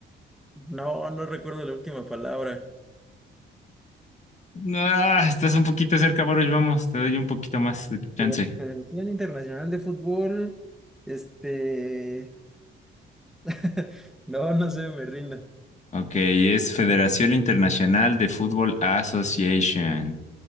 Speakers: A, in the centre; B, on the left.
A: no, no recuerdo la última palabra.
B: Ah, estás un poquito cerca, Baruch, vamos, te doy un poquito más de
A: De
B: chance.
A: la Federación Internacional de Fútbol, este... <laughs> No, no sé, me rindo.
B: Ok, es Federación Internacional de Fútbol Association.